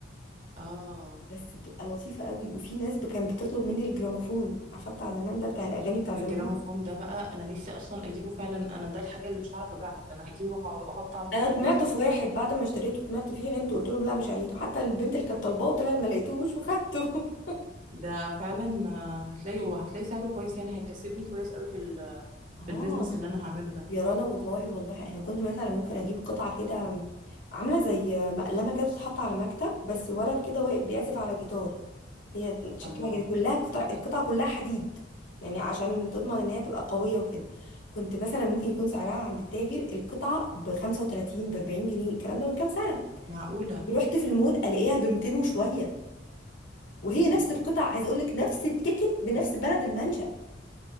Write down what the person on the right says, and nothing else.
اه
الجراموفون ده بقى انا نفسي اصلا اجيبه فعلا انا ده الحاجه اللي مش هعرف ابيعها ده انا هجيبه وهقعد- واحط عندي
في
البيت فعلا
ده فعلا آه، هتلاقي وهتلاقي سعره كويس يعني هيكسبني كويس قوي في ال-
في البيزنس اللي انا هعمله ده
الله
معقوله
يا